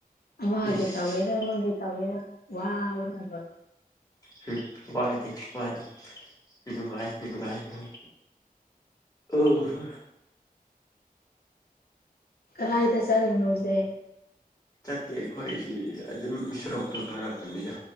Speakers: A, on the left; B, on the left.
A: ꯑꯃꯒꯤ
B: ꯏꯁ
A: ꯇꯧꯒꯦꯔꯥ ꯑꯃꯒꯤ ꯇꯧꯒꯦꯔꯥ ꯋꯥꯕꯅ ꯂꯣꯏ
B: ꯍꯨꯡ ꯋꯥꯗꯦ ꯋꯥꯗꯦ ꯅꯨꯡꯉꯥꯏ ꯅꯨꯡꯉꯥꯏ ꯅꯨꯡ ꯑꯣ ꯍ꯫
A: ꯀꯔꯥꯏꯗ ꯆꯠꯂꯤꯅꯣ ꯍꯧꯖꯤꯛ꯫
B: ꯆꯠꯇꯦ ꯑꯩꯈꯣꯏꯁꯤ ꯑꯗꯨꯝ ꯁꯣꯔꯣꯛꯇꯣ ꯀꯥꯔꯛꯄꯅꯤꯗ꯫